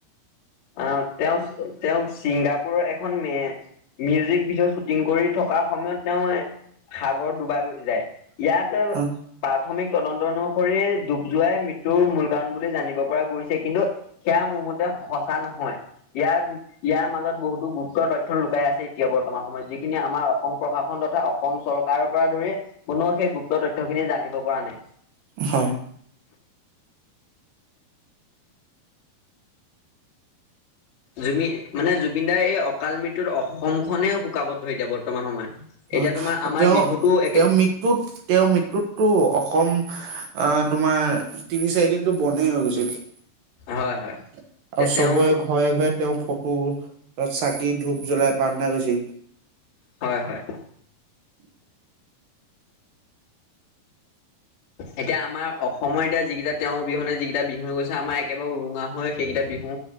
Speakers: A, on the left; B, on the right.
A: অ তেওঁ তেওঁক ছিংগাপুৰৰ এখন মে মিউজিক ভিডিঅ' শ্বুটিং কৰি থকাৰ সময়ত তেওঁ সাগৰ ডুবাই যায়। ইয়াত
B: হয়
A: প্ৰাথমিক তদন্ত অনুসৰি ডুব যোৱাই মৃত্যুৰ মূল কাৰণ বুলি জানিব পৰা গৈছে কিন্তু সেয়া মোৰ মতে সঁচা নহয় ইয়াৰ ইয়াৰ মাজত বহুতো গুৰুত্তৰ তথ্য লুকাই আছে এতিয়া বৰ্তমান সময়ত যিখিনি আমাৰ অসম প্ৰশাসন তথা কম চৰকাৰৰ পৰা ধৰি কোননেও সেই গুপ্ত তথ্য খিনি জানিব পৰা নাই।
B: হয়।
A: জুবিন মানে জুবিনদাৰ এই অকাল মৃত্যুত অসম খনে শুকাব ধৰি এতিয়া বৰ্তমান সময়ত।
B: হয়
A: এতিয়া তোমাৰ আমাৰ
B: তেওঁ
A: বিহুতো একে
B: তেওঁ মৃত মৃত্যুত তেওঁৰ মৃত্যুতটো অসম তোমাৰ তিনি চাৰি দিনতটো বন্ধে হৈ গৈছিল আৰু
A: হয় হয় এতিয়া
B: চবৰে
A: তেওঁ
B: ঘৰে ঘৰে তেওঁৰ ফ কত চাকি ধূপ জ্বলাই প্ৰাৰ্থনা কৰিৈছিল।
A: হয় হয়।
B: <unintelligible>
A: এতিয়া আমাৰ অসমৰ এতিয়া যিকেইটা তেওঁৰ বিহনে যিকেইটা বিহু হৈ গৈছে আমাৰ একেবাৰে উৰুঙা হৈ সেইকেইটা বিহু